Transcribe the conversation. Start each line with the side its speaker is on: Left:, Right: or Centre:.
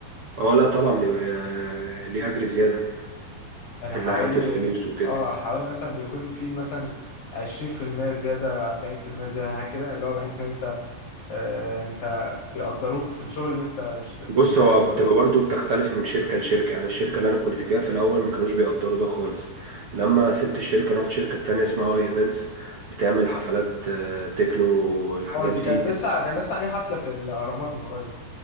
Right: اه لا طبعا بيبقى آه، ليه أجر زيادة
Left: يعني حوالي
Right: من ناحية الفلوس وكده
Left: اه حوالي مثلا بيكون في مثلا 20% زيادة 40% زيادة كده اللي هو بحيث ان انت آه انت بيقدروك في الشغل اللي انت اشت-
Right: بص
Left: يعني تعبت
Right: هو بتبقى
Left: ده
Right: برضو بتختلف من شركة لشركة يعني الشركة اللي أنا كنت فيها في الأول ما كانوش بيقدروا ده خالص لما سبت الشركة رحت شركة تانية اسمها اي ايفنتس بتعمل حفلات آه، تكنو والحاجات
Left: اه دي
Right: دي
Left: كانت لسه كان لسه عاملين حفلة في الاهرامات من قريب